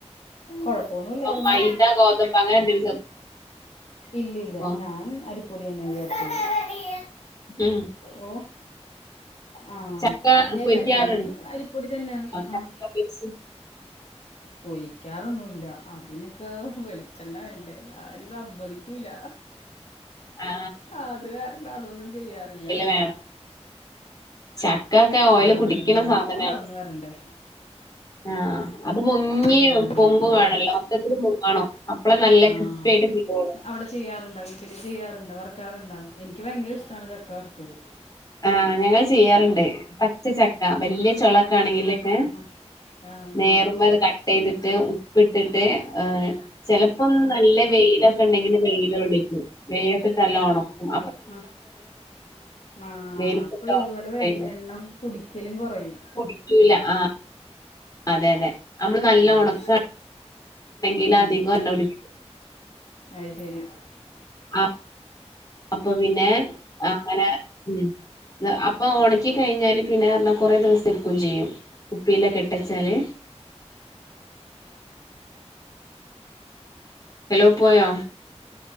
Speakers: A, on the left (about 70°); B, on the left (about 35°).
A: കൊഴപ്പൊന്നുല്ലായിരുന്നു
B: മൈദ ഗോതമ്പ് അങ്ങനെ എന്തെങ്കിലും
A: ഇല്ലില്ല
B: ചേർക്കോ
A: ഞാൻ അരിപ്പൊടി തന്നെ വിചാർച്
B: ഉം
A: ഓ ആഹ്
B: ചക്ക
A: ല്ല
B: പൊരിക്കാറുണ്ടോ
A: ല്ല ഞാന് അരിപ്പൊടി തന്നെയാണ്
B: ചക്ക
A: ആഹ്
B: പൊരിച്ച്
A: പോയി വിക്കാറൊന്നുല്ല അതിനൊക്കെ വെളിച്ചെണ്ണ വേണ്ടേ ആര് സമ്മദി ക്കൂല
B: ആ
A: അത് കാരണം അതൊന്നും ചെയ്യാറില്ല
B: ണല്ല ചക്ക ഒക്കെ ഓയില്
A: ആ
B: കുടിക്കണ
A: അതന്നെ നല്ലോണം
B: സാധനാ
A: വളർന്നു വരണ്ടേ
B: ആഹ് അത് മുങ്ങി
A: അതന്നെ അതന്നെ
B: പൊങ്ങു
A: അത്
B: വേണല്ലോ
A: കാരണം
B: മൊത്തത്തില് മുങ്ങണം അപ്പളെ നല്ല
A: ആഹ്
B: ക്രിസ്പിയിട്ട് കീട്ടുള്ളു
A: അവിടെ ചെയ്യാറുണ്ടോ വീട്ടില് ചെയ്യാറുണ്ട വറക്കാറുണ്ടോ എനിക്ക് ഭയങ്കര ഇഷ്ടാണ് ചക്ക വറുത്തത്
B: ആഹ് ഞങ്ങൾ ചെയ്യാറുണ്ട് പച്ചച്ചക്ക വലിയ ചുളക്കെ ആണെങ്കില് ഏഹ്
A: ആഹാ ആഹ്
B: നേർമ അത് കട്ടെയ്തിട്ട് ഉപ്പിട്ടിട്ട് എഹ് ചിലപ്പോ
A: ആഹ് ആഹ്
B: നല്ല വെയിലൊക്കെ ഉണ്ടെങ്കില് വെയില കൊളിക്കും വെയിലത്തിട്ട് നല്ല ഒണക്കും
A: അ ആഹ്
B: വെയിലത്തിട്ട്
A: അപ്പൊ ഇതുപോലെ
B: ഉണക്കി
A: വെ
B: കഴിഞ്ഞാൽ
A: എണ്ണ കുടിക്കലും കുറയും
B: കുടിക്കൂല ആഹ് അതെ അതെ അമ്മള് നല്ല
A: അത്
B: ഉണക്ക ഇല്ല
A: ഉം
B: അധിക എണ്ണ കുടി
A: അയ് ശരി
B: അ അപ്പൊ പിന്നെ അങ്ങനെ ഉം അപ്പൊ ഉണക്കി കഴിഞ്ഞാല് പിന്നെറഞ്ഞ കൊറെ ദിവസതെക്ക് കുഞ്ചേയ്യും പ്പീലൊക്കെട്ടച്ചാല് ഹലോ പോയോ